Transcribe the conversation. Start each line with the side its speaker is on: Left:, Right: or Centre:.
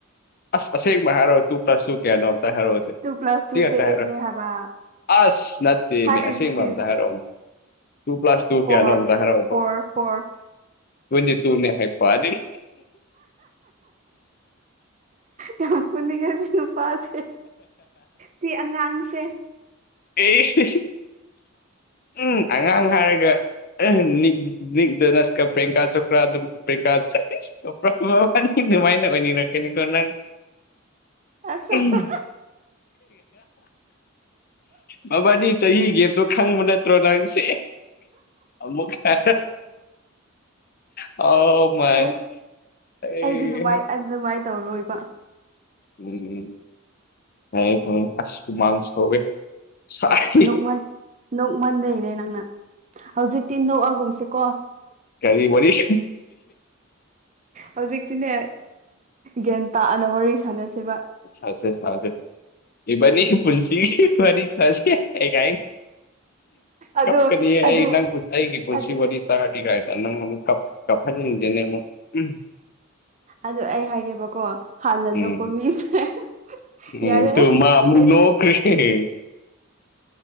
Left: ꯑꯁ ꯑꯁꯦꯠꯕ ꯍꯥꯏꯔꯑꯣ ꯇꯨ ꯄ꯭ꯂꯁ ꯇꯨ ꯀꯌꯥꯣꯝꯇ ꯍꯥꯏꯔꯛꯑꯣꯁꯤ
Right: ꯇꯨ ꯄ꯭ꯂꯁ ꯇꯨꯁꯦ
Left: ꯁꯤ ꯈꯛꯇ
Right: ꯑꯩꯠꯅꯦ
Left: ꯍꯥꯏꯔꯛꯑꯣ
Right: ꯍꯥꯏꯕ
Left: ꯑꯁ ꯅꯠꯇꯦꯅꯦ
Right: ꯍꯥꯏꯔꯤꯗꯨꯗꯤ
Left: ꯑꯁꯦꯡꯕ ꯑꯝꯇ ꯍꯥꯏꯔꯛꯑꯣ ꯇꯨ ꯄꯤ꯭ꯂꯥꯁ ꯇꯨ
Right: ꯐꯣꯔ
Left: ꯄꯌꯥꯅꯣ ꯇ ꯍꯥꯏꯔ
Right: ꯐꯣꯔ ꯐꯣꯔ
Left: ꯇꯌꯦꯟꯇꯤꯇꯨ ꯅꯦ ꯍꯥꯏꯕ ꯑꯗꯩ
Right: ꯌꯥꯝ ꯐꯨꯅꯤꯡꯉꯦ ꯁꯤ ꯅꯨꯄꯥꯁꯦ ꯁꯤ ꯑꯉꯥꯡꯁꯦ
Left: ꯏ ꯏ ꯏꯁ ꯎꯝ ꯑꯉꯥꯡ ꯍꯥꯏꯔꯒ <unintelligible> <unintelligible>
Right: ꯑꯁ
Left: ꯎꯝ
Right: ꯑꯁ
Left: ꯃꯕꯥꯅꯤ ꯆꯍꯤꯒꯤꯦꯇꯣ ꯈꯪꯕ ꯅꯠꯇ꯭ꯔꯣ ꯅꯪꯁꯦ ꯑꯃꯨꯀ ꯑ ꯃꯥꯏ
Right: ꯑꯦ
Left: ꯑꯩ
Right: ꯑꯩꯗꯤ ꯑꯗꯨꯃꯥꯏ ꯑꯗꯨ ꯑꯗꯨꯃꯥꯏꯅ ꯇꯧꯔꯣꯏꯕ
Left: ꯎꯝ ꯎꯝ ꯅ ꯐ ꯑꯁꯁꯨꯨꯃꯥꯡ ꯁꯧꯋꯦ ꯁꯥꯏ
Right: ꯅꯣꯛꯃꯟ ꯅꯣꯛꯃꯟ ꯂꯩꯅꯦ ꯅꯪꯅ ꯍꯧꯖꯤꯛꯇꯤ ꯅꯣꯛꯑꯒꯨꯝꯁꯦꯀꯣ
Left: ꯀꯔꯤ ꯋꯥꯔꯤꯔꯤ
Right: ꯍꯧꯖꯤꯛꯇꯤꯅꯦ ꯒ꯭ꯌꯥꯟ ꯇꯥꯛꯑꯅ ꯋꯥꯔꯤ ꯁꯥꯟꯅꯁꯦꯕ
Left: ꯁꯦ ꯁꯥꯁꯦ ꯏꯕꯅꯤ ꯄꯨꯟꯁꯤ ꯐꯔꯤ ꯆꯁ ꯀꯦ ꯀꯥꯏ
Right: ꯑꯗꯣ
Left: ꯀꯞꯀꯅꯤ
Right: ꯑꯗꯨ
Left: ꯑꯩ ꯅꯪ ꯄꯨꯁꯤ ꯑꯩꯒꯤ ꯄꯨꯜꯁꯤ
Right: ꯑꯗꯨ
Left: ꯋꯥꯔꯤꯅꯤ ꯇꯔꯗꯤ ꯀꯥꯏꯗ ꯅꯪ ꯑꯃꯨꯛ ꯀꯥꯞꯍꯟꯅꯤꯡꯗꯦꯅꯦ ꯑꯃꯨꯛ ꯎꯝ
Right: ꯑꯗꯨ ꯑꯩ ꯍꯥꯏꯒꯦꯕꯀꯣ ꯍꯥꯟꯅ
Left: ꯎꯝ
Right: ꯅꯣꯛꯄ ꯃꯤꯁꯦ
Left: ꯎꯝ
Right: ꯌꯥꯔꯦ
Left: ꯇꯨ ꯃꯥ ꯑꯃꯨꯛ
Right: ꯑꯩ
Left: ꯅꯣꯛꯈꯔꯤꯁꯦ